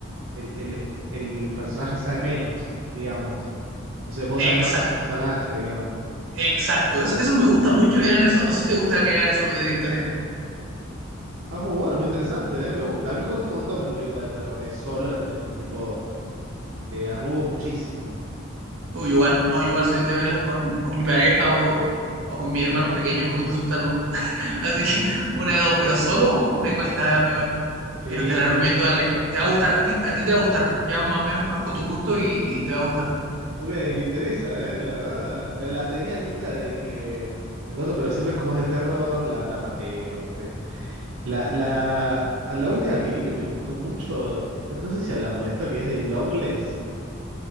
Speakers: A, on the right; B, on the right.
A: el, el- el personaje sabe menos, digamos. Entonces vos
B: exacto,
A: sabés más del personaje, digamos.
B: exacto. Eso, eso me gusta mucho que hagan eso. No sé si te gusta que hagan eso los directores.
A: Ah, muy bueno, muy interesante, ¿eh? Me gusta. A mí me cuesta un montón ver películas de terror, es solo al menos. Tipo, eh, arrugo muchísimo.
B: O igual, no, yo igual soy de verlas con, con mi pareja o, o con mis hermanos pequeños, me gusta asustarlos. Así que una de dos, pero solo me cuesta a mí igual.
A: Sí.
B: Pero te la recomiendo, Ale. Te va a gustar, a ti, a ti te va a gustar. Ya más o menos conozco tu gusto y, y te va a gustar.
A: Ok, me interesa, ¿eh? La verdad, la, la tenía vista de que... Me coso, pero siempre es como es de terror, la, la pateo, ¿viste? La, la, la última que vi que me gustó mucho, eh, fue- no sé si hablamos de esto, que es de longlegs